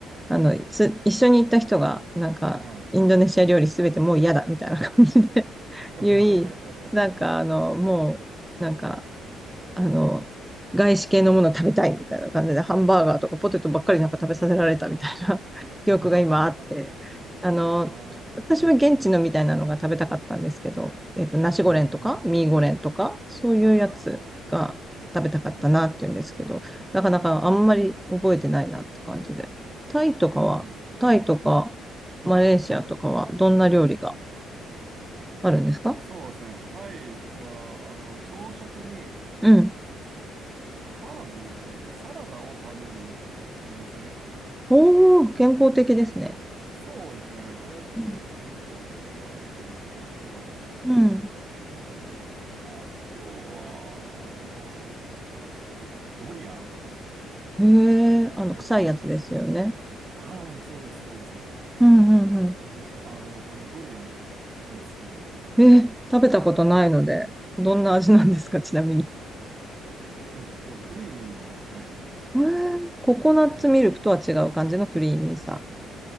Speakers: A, in the centre; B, on the right.
A: あの、つ、一緒に行った人がなんかインドネシア料理すべてもう嫌だみたいな感じで
B: はい。
A: <laughs>
B: <laughs>
A: 言い、なんかあの、もうなんかあの、外資系のものを食べたいみたいな感じで、ハンバーガーとかポテトばっかりなんか食べさせられたみたいな <laughs>
B: あ
A: 記憶が今あって、あの、
B: あ、
A: 私は現地のみたいなのが食べたかったんですけど、
B: うん、うん。
A: えっと、ナシゴレンとか、
B: うーん。
A: ミーゴレンとか、そういうやつが食べたかったなっていうんですけど、
B: ああ、はい、うん、
A: なかなかあんまり覚えてないなって感じで。
B: あー、
A: タイとかは、
B: うん、うん、
A: タイとか、マレーシアとかは、
B: うんはい、
A: どんな料理が
B: うん。
A: あるんですか
B: そうですね。タイは、あの、朝食に
A: うん。
B: ハーブでしたっけサラダを食べるんですね。
A: おー、健康的ですね。
B: うん、そうですね。あれすごい健康的だなと思ったんですけど、
A: うん。うん
B: うん。あとは、あの、あ、ドリアン
A: へえ、あの、
B: 私、
A: 臭いやつですよね。
B: はい、そうです、そうです。
A: うんうんうん。
B: 私、あれ、あの、ドリアンが大好きで。
A: えー、食べたことないので、どんな味なんですか、ちなみに。
B: えっと、クリーミーですね。
A: えー、ココナッツミルクとは違う感じのクリーミーさ。
B: うん、